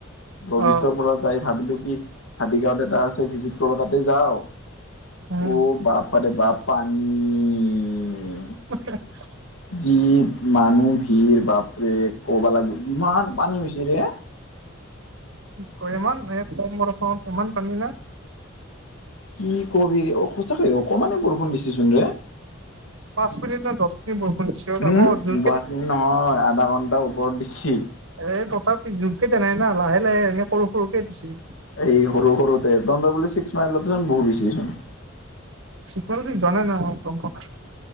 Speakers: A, on the left (about 70°); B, on the right (about 65°).
A: বগীষ্টৰ
B: অ
A: পৰা যাই ভাবিলো কি। হাতীগাঁৱত এটা আছে ভিজিট কৰিব তাতে যাও ঔ
B: উম
A: বাপ। পাৰে বাপা পানী।
B: <unintelligible>
A: যি মানুহ ভিৰ বাপৰে কবা লাগিব যিমান পানী হৈছে ৰে।
B: ঠিক কৰেমান এ কম বৰষুণত ইমান পানী না।
A: কি ক'বি! অ' সঁচাকৈ অকমানে বৰষুণ দিছেচোন ৰে!
B: পাঁচ মিনিট নে দহ মিনিট বৰষুণ দিছে
A: উম
B: আকৌ জোৰকে
A: বাচ মিনিট নহয় আধা ঘন্টাৰ ওপৰত দিছি।
B: এই তথাপি জোৰকে দিয়া নাই না! লাহে লাহে এনে সৰু সৰুকে দিছে।
A: এই সৰু সৰুতে, তহঁতৰ বোলে ছিক্স মাইলতো চোন বহুত বেছিচোন।
B: ছিক্স মাইলৰ পিনে যোৱা নাই নহয় মই, গম নাপাওঁ।